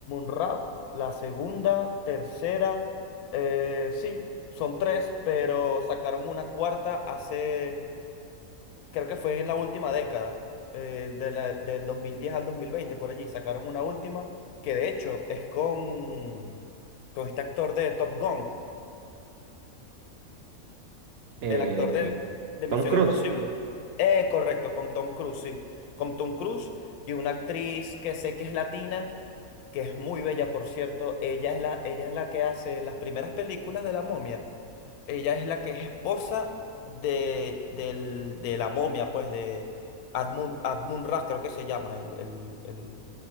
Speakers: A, on the left (about 85°); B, on the right (about 60°).
A: Rap, la segunda, tercera, eh, sí, son tres, pero sacaron una cuarta hace, creo que fue en la última década, eh, de la- del 2010 al 2020 por allí, sacaron una última que de hecho es con, con este actor de Top Gun.
B: Eh,
A: El actor de, de
B: Tom
A: Misión
B: Cruise.
A: Imposible. Eh, correcto, con Tom Cruise, sí. Con Tom Cruise y una actriz que sé que es latina, que es muy bella, por cierto. Ella es la, ella es la que hace las primeras películas de la momia. Ella es la que es esposa de, del- de la momia, pues de Admun, Admun Ra, creo que se llama, el, el, el-